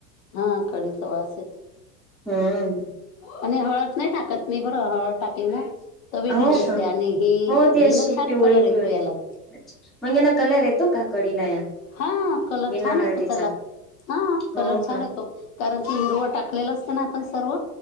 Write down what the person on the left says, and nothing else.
हा, कडीचा वास येत
आणि हळद नाही टाकत मी बरं, हळद टाकली ना तर वेगळीच
दिसते
आणि हि
हि
ना छान
कलर येतो
याला
हा कलर
छान येतो
त्याला. हा
कलर छान
येतो कारण की हिरवं टाकलेलं असतं ना आपण सर्व